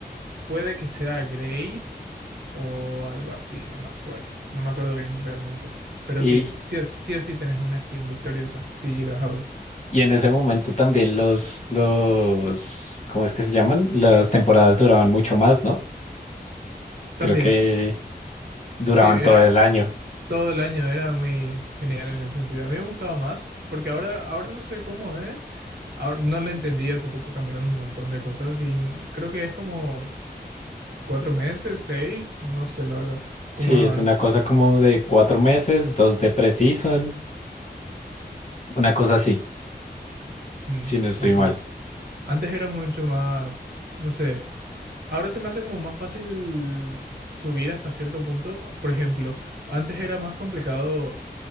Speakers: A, on the right (about 85°); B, on the left (about 45°).
A: puede que sea Grapes o algo así, no me acuerdo. No me acuerdo bien realmente. Pero
B: Y,
A: sí, sí o sí, o sí tenés una skin victoriosa si llegas a oro.
B: Y en ese momento también los, los, ¿cómo es que se llaman? Las temporadas duraban mucho más, ¿no?
A: También.
B: Creo que
A: s-
B: duraban
A: Sí, era,
B: todo el año.
A: Todo el año era muy genial en ese sentido. A mí me gustaba más, porque ahora, ahora no sé cómo es. Ahora, no le entendí, hace poco cambiaron un montón de cosas y n- creo que es como s- cuatro meses, seis, no sé la verdad.
B: Sí,
A: ¿Cómo es ahora?
B: es una cosa como de cuatro meses, dos de pre-season, una cosa así,
A: Mm,
B: si no estoy
A: ok.
B: mal.
A: Antes era mucho más, no sé. Ahora se me hace como más fácil subir hasta cierto punto. Por ejemplo, antes era más complicado,